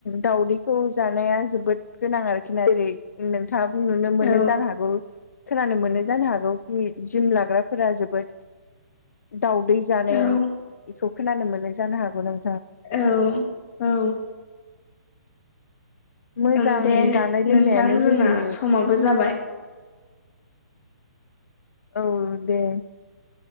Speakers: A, on the left; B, on the left.
A: दावदैखौ जानाया जोबोद गोनां आरोखि ना जेरै नोंथाङाबो नुनो मोनो
B: औ
A: जानो हागौ। खोनानो मोनो जानो हागौ कि जिम लाग्राफोरा जोबोद दावदै जानाय
B: औ
A: बेखौ खोनानो मोननाय जानो हागौ नों
B: औ औ
A: मोजां
B: उम दे
A: जानाय लोंनायानो
B: नोंथां जोंना
A: जोंनि
B: समाबो जाबाय।
A: औ दे